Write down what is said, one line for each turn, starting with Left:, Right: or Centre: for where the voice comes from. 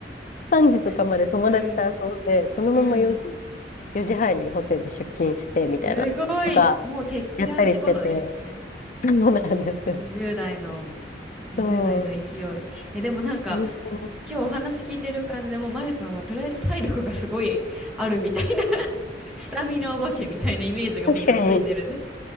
Left: 3時とかまで友達と遊んで、
Centre: <laughs> うん。
Left: そのまま4時、
Centre: うん。
Left: 4時半にホテル出勤してみたいな、
Centre: すごい、
Left: とか、
Centre: もう徹夜ってことですね。
Left: やったりしてて、そうなんですよ。
Centre: 20代の、20代の勢い。
Left: そう、
Centre: え、でもなんか、
Left: 本当に。
Centre: 今日お話聞いてる感じでもう、まゆさんはとりあえず体力がすごいあるみたいな <laughs> スタミナお化けみたいなイメージがもう今ついてるんで。
Left: 確かに。